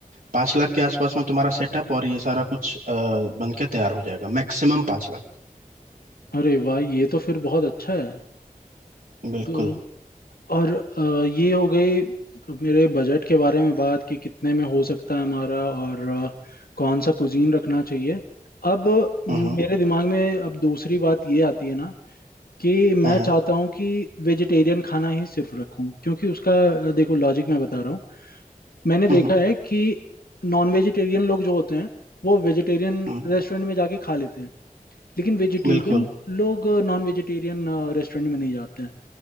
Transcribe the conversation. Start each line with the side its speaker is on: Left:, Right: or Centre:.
Right: पाँच लाख के आसपास में तुम्हारा सेटअप और ये सारा कुछ अ, बन के तैयार हो जाएगा मैक्सिमम पाँच लाख
Left: अरे वाह ये तो फिर बहुत अच्छा है
Right: बिल्कुल
Left: तो और अ, ये हो गई मेरे बजट के बारे में बात कि कितने में हो सकता है हमारा और अ, कौन सा कुजीन रखना चाहिए अब म,
Right: हम्म
Left: मेरे दिमाग में अब दूसरी बात ये आती है ना कि मैं
Right: हाँ हाँ
Left: चाहता हूँ कि वेजिटेरियन खाना ही सिर्फ रखूं क्योंकि उसका अ, देखो लॉजिक मैं बता रहा हूँ मैंने देखा
Right: हम्म
Left: है कि नॉन वेजिटेरियन लोग जो होते हैं वो वेजिटेरियन
Right: हम्म
Left: रेस्टोरेंट में जाके खा लेते हैं लेकिन वेजिटेरियन
Right: बिल्कुल
Left: लोग नॉन वेजिटेरियन रेस्टोरेंट में नहीं जाते हैं